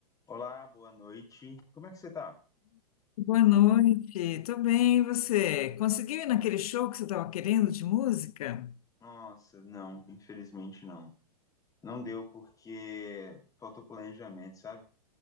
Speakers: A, on the left; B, on the left.
A: Olá, boa noite. Como é que você tá?
B: Boa noite, tô bem, e você? Conseguiu ir naquele show que você estava querendo de música?
A: Nossa, não, infelizmente não. Não deu porque faltou planejamento, sabe?